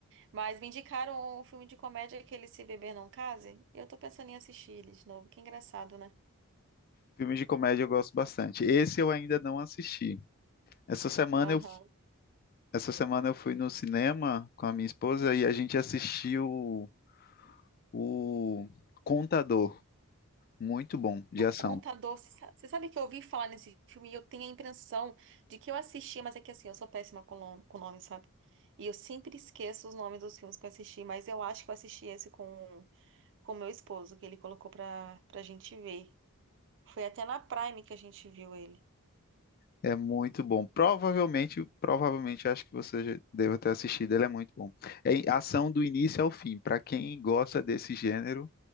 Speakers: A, on the right; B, on the left.
A: Mas me indicaram um filme de comédia, aquele Se Beber Não Case, e eu tô pensando em assistir ele de novo, que engraçado, né?
B: Filmes de comédia eu gosto bastante. Esse eu ainda não assisti. Essa semana
A: Aham.
B: eu, essa semana eu fui no cinema com a minha esposa e a gente assistiu o Contador. Muito bom, de
A: O
B: ação.
A: Contador, você sa- você sabe que eu ouvi falar nesse filme e eu tenho a impressão de que eu assisti, mas é que assim, eu sou péssima com nome, com nome, sabe? E eu sempre esqueço os nomes dos filmes que eu assisti, mas eu acho que eu assisti esse com com meu esposo, que ele colocou pra, pra gente ver. Foi até na Prime que a gente viu ele.
B: É muito bom. Provavelmente, provavelmente acho que você já deva ter assistido. Ele é muito bom. É em- ação do início ao fim. Para quem gosta desse gênero,